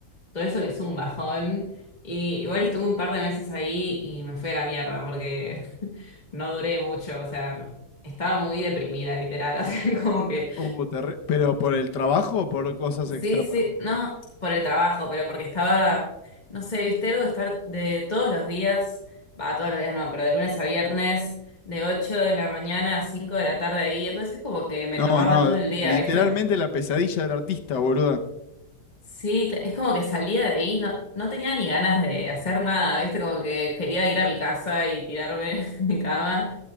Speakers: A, on the left (about 25°); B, on the left (about 80°).
A: todo eso es un bajón. Y igual estuve un par de meses ahí y me fui a la mierda porque <laughs> no duré mucho, o sea, estaba muy deprimida, literal. <laughs> O sea, como que
B: Oh, terri- ¿Pero por el trabajo o por cosas
A: Sí,
B: externas?
A: sí, no por el trabajo, pero porque estaba, no sé, viste algo de estar de todos los días, va, todos los días no, pero de lunes a viernes, de 8 de la mañana a 5 de la tarde ahí, entonces como que me
B: No,
A: tomaba
B: no,
A: todo el día,
B: literalmente
A: ¿viste?
B: la pesadilla del artista, boluda.
A: Sí, cl- es como que salía de ahí, no, no tenía ni ganas de hacer nada, ¿viste? Como que quería ir a mi casa y tirarme <laughs> en mi cama.